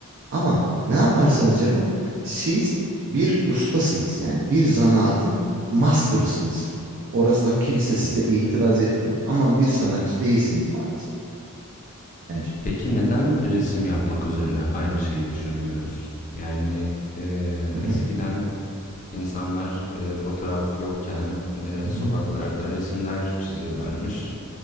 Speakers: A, on the right; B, on the left.
A: Ama ne yaparsanız yapın siz bir ustasınız. Yani bir zanaatın master'ısınız. Orası da kimse
B: Hı.
A: size itiraz etmiyor ama bir sanatçı değilsiniz maalesef bence.
B: Peki neden resim yapmak üzerine aynı şeyi düşünmüyoruz? Yani e,
A: Hı hı,
B: eskiden insanlar e, fotoğraf yokken e,
A: hı hı,
B: sokaklarda resimler çiziyorlarmış